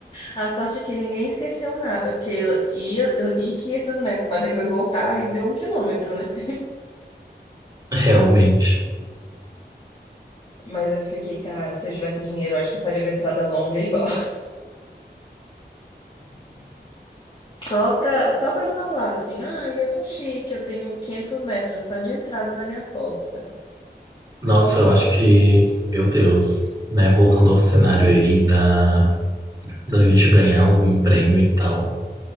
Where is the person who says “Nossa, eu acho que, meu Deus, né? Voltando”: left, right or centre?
Right